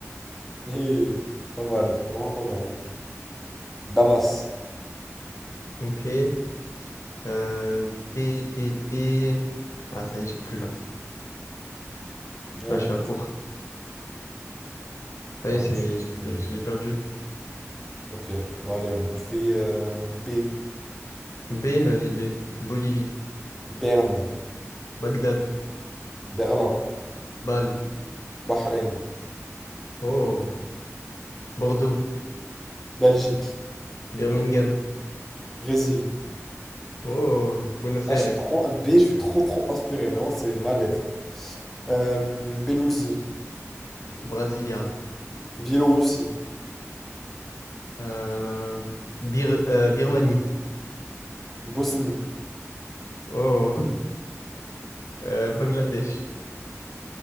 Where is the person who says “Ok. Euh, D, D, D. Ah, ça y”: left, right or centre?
Left